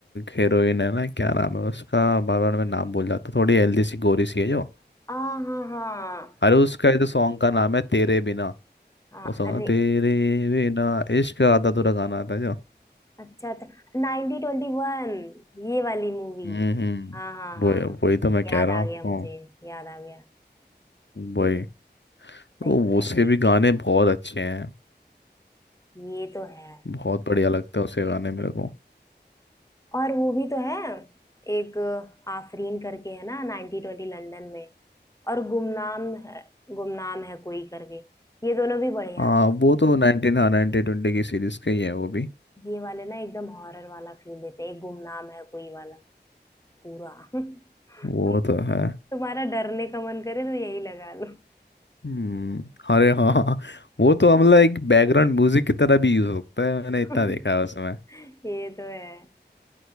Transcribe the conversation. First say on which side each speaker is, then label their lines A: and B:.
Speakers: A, on the left; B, on the left.
A: हीरोइन है ना क्या नाम है उसका बार बार मैं नाम भूल जाता थोड़ी हेल्दी सी गोरी सी है जो
B: हाँ हाँ हाँ,
A: अरे उसका ये तो सॉन्ग का नाम है तेरे बिना
B: हाँ,
A: वो सॉन्ग
B: अरे
A: तेरे बिना इश्क आधा अधूरा गाना आता है जो
B: अच्छा अच्छा नाइनटी ट्वेंटी वन ये वाली मूवी
A: हम्म हम्म,
B: हाँ हाँ हाँ
A: वो वही तो मैं कह
B: याद
A: रहा हूँ
B: आ गया
A: आपको
B: मुझे याद आ गया
A: वही
B: हम्म,
A: तो
B: सही है
A: उसके भी गाने बहुत अच्छे हैं
B: ये तो है
A: बहुत बढ़िया लगता है उसके गाने मेरे को
B: और वो भी तो है एक आफरीन करके है ना नाइनटी ट्वेंटी लंदन में और गुमनाम है गुमनाम है कोई करके ये दोनों भी बढ़िया
A: हाँ
B: है
A: वो तो नाइनटीन हाँ नाइनटीन ट्वेंटी की सीरीज का ही है वो भी
B: ये वाले ना एकदम हॉरर वाला फील देते हैं एक गुमनाम है कोई वाला पूरा <laughs>
A: वो तो है
B: तुम्हारा डरने का मन करे तो यही लगा लो
A: हम्म अरे हाँ हाँ, हाँ। वो तो मतलब एक बैकग्राउंड म्यूजिक की तरह भी यूज होता है
B: <laughs>
A: मैंने इतना देखा है उसमें
B: ये तो है